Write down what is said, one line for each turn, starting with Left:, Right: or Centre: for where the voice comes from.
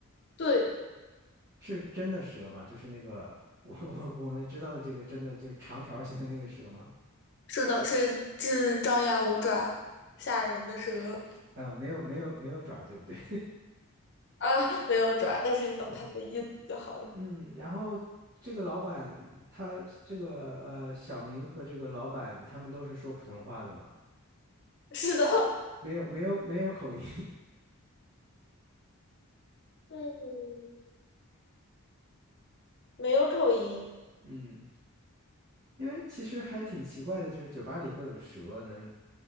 Left: 对，
Right: 是真的蛇吗？就是那个我我我们知道的这个真的就是长条形的那个蛇吗？
Left: 是的，是是张牙舞爪、吓人的蛇
Right: 呃，没有没有没有爪，对不对？
Left: 啊，没有爪，但是你懂他的意思就好了。
Right: <laughs> 对，嗯，嗯然后这个老板他这个呃小明和这个老板他们都是说普通话的吗？
Left: 是的，
Right: 没有没有没有口音，
Left: 嗯，没有口音。
Right: <laughs> 嗯。因为其实还挺奇怪的，就是酒吧里会有蛇能